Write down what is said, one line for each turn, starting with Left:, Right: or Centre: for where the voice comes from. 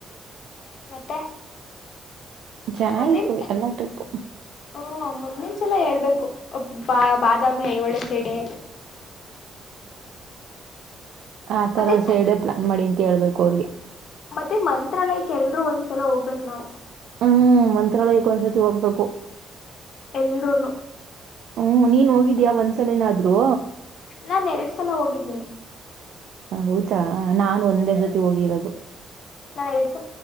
Left: ಮತ್ತೆ.
Right: ಚೆನ್ನಾಗಿತ್ತು
Left: ಮುಂದಿನ
Right: ಎಲ್ಲ ಟ್ರಿಪ್.
Left: ಹ್ಮ ಮುಂದಿನ ಹೇಳ್ಬೇಕು ಬಾದಾಮಿ ಐಹೊಳೆ ಸೆಡೆ.
Right: ಆ ಕಡೆ
Left: ಮತ್ತೆ
Right: ಸೈಡ್ ಪ್ಲಾನ್ ಮಾಡಿ ಅಂತ ಹೇಳಬೇಕು. ಕೊಡ್ಲಿ.
Left: ಮತ್ತೆ ಮಂತ್ರಾಲಯಕ್ಕೆ ಒಂದು ಸತಿ ಹೋಗಬೇಕಂತೆ.
Right: ಹ್ಮ್ಮ್. ಮಂತ್ರಾಲಯಕ್ಕೆ ಒಂದ್ಸತಿ ಹೋಗಬೇಕು.
Left: ಎಲ್ರುೂನು
Right: ಹ್ಮ್ಮ್. ನೀನು ಹೋಗಿದಿಯಾ ಒಂದ್ಸಲನಾದ್ರೂ.
Left: ನಾನ್ ಎರಡ್ ಸಲ ಹೋಗಿದ್ದೀನಿ
Right: ಹೌದು. ಹಾ ನಾನು ಒಂದೇ ಸತಿ ಹೋಗಿರೋದು.
Left: ನಾನ್ ಎರಡ್